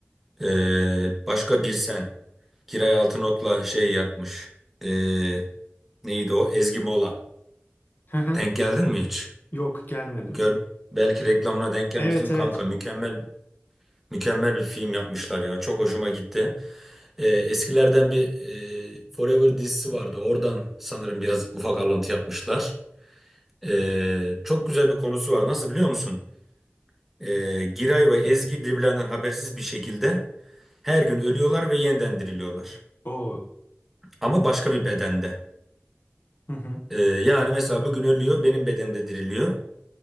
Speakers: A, in the centre; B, on the left.
A: Ee, başka bir sen. Kiray Altınok'la şey yapmış. Ee, neydi o? Ezgi Mola.
B: Hı hı.
A: Denk geldin mi hiç?
B: Yok gelmedim.
A: Gör, belki reklamına denk gelmişsin
B: Evet evet.
A: kanka. Mükemmel mükemmel bir film yapmışlar ya. Çok hoşuma gitti. Ee, eskilerden bir e, Forever dizisi vardı. Oradan sanırım biraz ufak alıntı yapmışlar. Ee, çok güzel bir konusu var. Nasıl biliyor musun? Ee, Giray ve Ezgi birbirlerinden habersiz bir şekilde her gün ölüyorlar ve yeniden diriliyorlar.
B: Oo.
A: Ama başka bir bedende.
B: Hı hı.
A: Ee, yani mesela bugün ölüyor, benim bedende diriliyor.